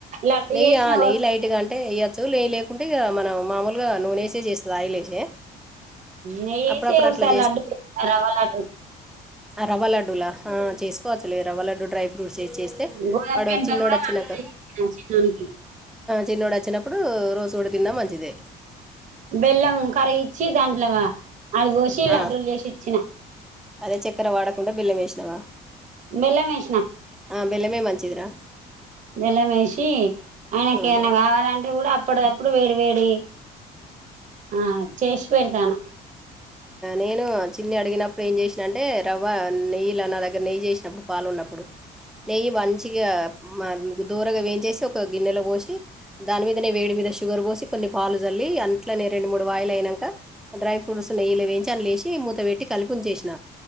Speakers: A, on the right (about 45°); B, in the centre.
A: లడ్డు
B: నెయ్యి
A: చేసిన
B: నెయ్యి లైట్గా అంటే వేయ్యొచ్చు లే ఏం లేకుంటే ఇ మనం మామూలుగా నూనెేసే చేస్తుంది ఆయిల్ వేసే
A: నెయ్యి యేసే
B: అప్పుడప్పుడు
A: ఒకసారి
B: అట్లా
A: లడ్డు <inaudible> రవ్వ లడ్డు
B: రవ్వలడ్డూల చేసుకోవచ్చులే రవ్వ లడ్డు డ్రై ఫ్రూట్స్ వేసి చేస్తే
A: గోధుమ పిండితో
B: చిన్నోడు
A: కూడా
B: వచ్చినాక
A: లడ్డు చేసి ఇచ్చిన చిన్నోనికి
B: చిన్నోడు వచ్చినప్పుడు రోజు కూడ తిన్నా మంచిదే
A: బెల్లం కరిగిఇచ్చి దాంట్లో అది పోసి లడ్డూలు
B: ఆ,
A: చేసి ఇచ్చిన
B: అదే చక్కెర వాడకుండా బెల్లం వేసినావా
A: బెల్లం ఏసిన
B: ఆ, బెల్లమే మంచిదిరా
A: బెల్లమేసి ఆయనకి
B: ఆ.
A: <unintelligible> కావాలంటే కూడా <unintelligible> అప్పుడు వేడి వేడి ఆ చేసి పెడతాను
B: నేను చిన్ని అడిగినప్పుడు ఏం చేసిన అంటే రవ్వ నెయ్యిల నా దగ్గర నెయ్యి చేసినప్పుడు పాలున్న అప్పుడు నెయ్యి మంచిగా దూరగా వేయించేసి ఒక గిన్నెలో పోసి దాని మీదనే వేడి మీద షుగర్ పోసి కొన్ని పాలు చల్లి అంట్లో నే రెండు మూడు వాయిలు అయినాక డ్రై ఫ్రూట్స్ నెయ్యలు వేయించి అని లేసి మూత పెట్టి కలిప ఉంచేసిన